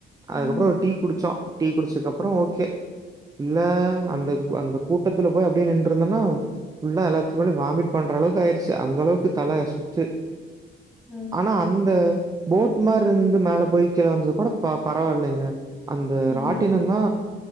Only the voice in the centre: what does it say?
ம்
ம்
ம்
ம்